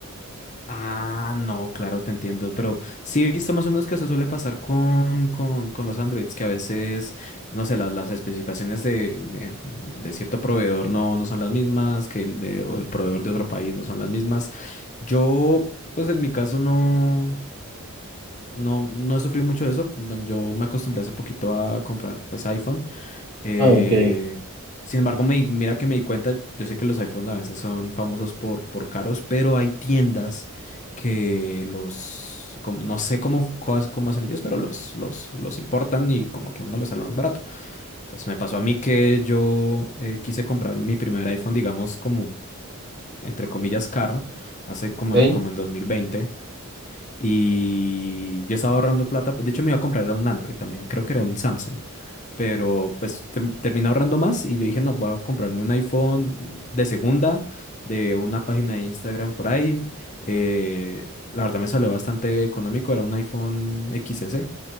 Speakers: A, on the left; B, on the right.
A: Ah, no, claro, te entiendo, pero sí he visto más o menos que eso suele pasar con, con, con los Androids, que a veces, no sé, las, las especificaciones de, de, de cierto proveedor no, no son las mismas, que el de, o el proveedor de otro país no son las mismas. Yo, pues en mi caso no, no, no he sufrido mucho de eso. Bueno, Yo me acostumbré hace poquito a comprar, pues, iPhone. Eh,
B: Ah, ok.
A: sin embargo, me, di- mira que me di cuenta, yo sé que los iPhones a veces son famosos por, por caros, pero hay tiendas que los, como no sé cómo, cos- cómo hacen ellos, pero los, los, los importan y como que a uno los sale más barato. Entonces me pasó a mí que yo eh, quise comprar mi primer iPhone, digamos, como entre comillas caro, hace como
B: Ok.
A: en, como en dos mil veinte Y yo estaba ahorrando plata. De hecho, me iba a comprar era un Android también. Creo que era un Samsung. Pero pues ter- terminé ahorrando más y yo dije, no, voy a comprarme un iPhone de segunda, de una página de Instagram por ahí. Eh, la verdad me salió bastante económico, era un iPhone XS